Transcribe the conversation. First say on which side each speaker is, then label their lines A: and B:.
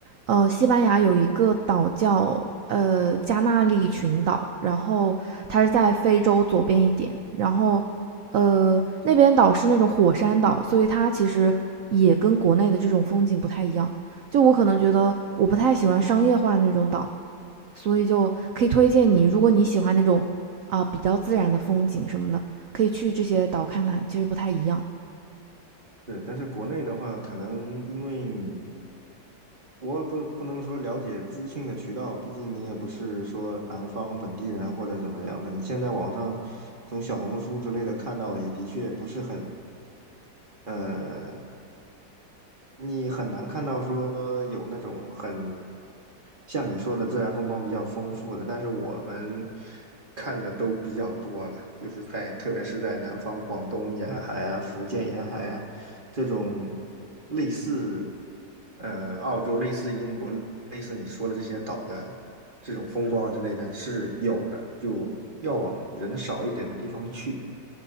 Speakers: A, on the right (about 65°); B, on the right (about 30°).
A: 呃，西班牙有一个岛叫呃加那利群岛，然后它是在非洲左边一点，然后呃那边岛是那种火山岛，所以它其实也跟国内的这种风景不太一样。就我可能觉得我不太喜欢商业化的那种岛，所以就可以推荐你，如果你喜欢那种啊、比较自然的风景什么的，可以去这些岛看看，其实不太一样。
B: 是，但是国内的话，可能因为你，我也不不能说了解资讯的渠道，毕竟你也不是说南方本地人或者怎么样的。你现在网上从小红书之类的看到的，也的确不是很，呃，你很难看到说有那种很像你说的自然风光比较丰富的，但是我们看的都比较多了，就是在特别是在南方广东沿海啊、福建沿海啊。这种类似呃澳洲、类似英国、类似你说的这些岛的这种风光啊之类的是有的，就要往人少一点的地方去。